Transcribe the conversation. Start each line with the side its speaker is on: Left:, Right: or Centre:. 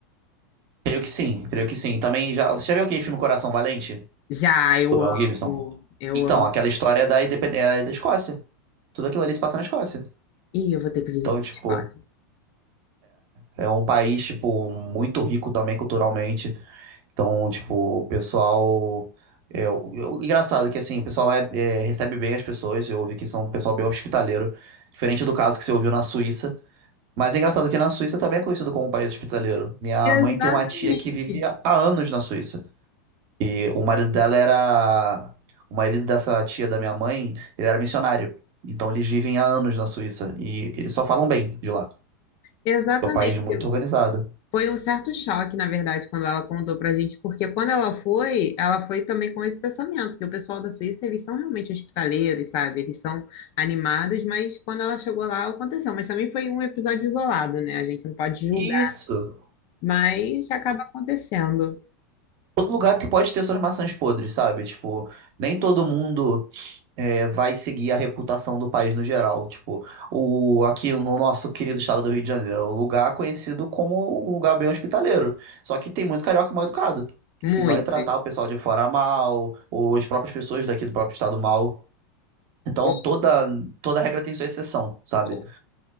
Right: Creio que sim, creio que sim. Também já. Você já viu aquele filme Coração Valente?
Left: Já, eu
Right: Do Mel
Left: amo,
Right: Gibson?
Left: eu
Right: Então,
Left: amo.
Right: aquela história é da, independ... é da Escócia. Tudo aquilo ali se passa na Escócia.
Left: Ih, eu vou ter que visitar
Right: Então, tipo,
Left: a Escócia.
Right: é um país, tipo, muito rico também culturalmente. Então, tipo, o pessoal. É, o- o engraçado é que, assim, o pessoal lá é- é, recebe bem as pessoas. Eu ouvi que são um pessoal bem hospitaleiro. Diferente do caso que você ouviu na Suíça. Mas é engraçado que na Suíça também é conhecido como um país hospitaleiro. Minha
Left: Exatamente,
Right: mãe tem uma tia que vive há há anos na Suíça. E o marido dela era. O marido dessa tia da minha mãe, ele era missionário. Então eles vivem há anos na Suíça. E eles só falam bem de lá.
Left: exatamente.
Right: É um país muito organizado.
Left: Foi um certo choque, na verdade, quando ela contou pra gente, porque quando ela foi, ela foi também com esse pensamento, que o pessoal da Suíça, eles são realmente hospitaleiros, sabe? Eles são animados, mas quando ela chegou lá, aconteceu. Mas também foi um episódio isolado, né? A gente não pode julgar,
Right: Isso.
Left: mas acaba acontecendo.
Right: Todo lugar te- pode ter suas maçãs podres, sabe? Tipo, nem todo mundo é, vai seguir a reputação do país no geral. Tipo, o, aqui no nosso querido estado do Rio de Janeiro, é um lugar conhecido como um lugar bem hospitaleiro. Só que tem muito carioca mal educado,
Left: Muitos.
Right: que vai tratar o pessoal de fora mal, ou as próprias pessoas daqui do próprio estado mal. Então,
Left: Ou,
Right: toda, toda regra tem sua exceção, sabe?
Left: ou,